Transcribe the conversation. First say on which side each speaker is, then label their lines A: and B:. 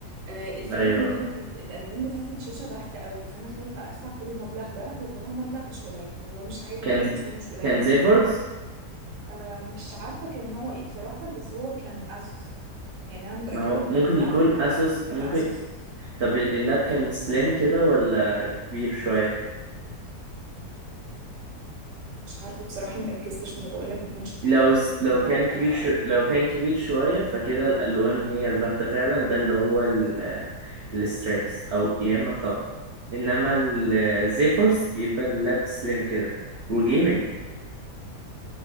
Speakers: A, on the right; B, on the right.
A: آه، الفكره
B: ايوه
A: ان كانت ال- الالوان بتاعت الشاشه باهته قوي فانا خايفه ادفع كل المبلغ ده هو طبعا مبلغ مش قليل هو مش عالي
B: كان
A: قوي بس هو مش قليل
B: كان زيفورس
A: آه، مش عارفه كان نوعه ايه بصراحه بس هو كان اسوس يعني انا متاكده
B: ما هو
A: ان
B: ممكن
A: البراند
B: يكون
A: بتاع
B: اسوس
A: اللابتوب كان
B: ممكن
A: اسوس
B: طب ال- اللاب كان سليم كده ولا كبير شويه
A: مش عارفه بصراحه مركزتش ما انا بقول لك ما كانش بتاعي
B: لو است...
A: يعني
B: لو
A: كان تبع
B: كان
A: حد
B: كبير
A: اعرف
B: شو... لو كان كبير شوية فكده الألوان هي الباهتة فعلا ده اللي هو ال... الستريكس أو يا إما الطف إنما الزيفورس بيبقى اللاب سليم كده وجيمنج